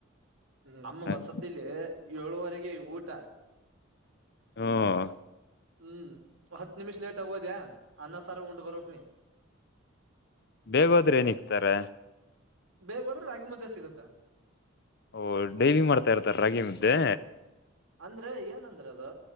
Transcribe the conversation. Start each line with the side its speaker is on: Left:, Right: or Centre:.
Right: ನಮ್ಮ
Left: ಹ್ಮ್
Right: ವಸತಿಲಿ ಏಳುವರೆಗೆ ಊಟ.
Left: <unintelligible>
Right: ಹ್ಮ್ ಹತ್ತು ನಿಮಿಷ್ ಲೇಟ್ ಆಗೋದ ಅನ್ನ ಸಾರ ಉಂಡ್ ಬರಕ್ ನೀ.
Left: ಬೇಗೋದ್ರೆ ಏನಿಕ್ತಾರೆ.
Right: ಬೇಗ ಹೋದ್ರೆ ರಾಗಿ ಮುದ್ದೆ ಸಿಗುತ್ತೆ.
Left: ಓಹ ಡೈಲಿ ಮಾಡ್ತಾ ಇರ್ತಾರ ರಾಗಿ ಮುದ್ದೆ.
Right: ಅಂದ್ರೆ ಏನಂದ್ರ ಅದು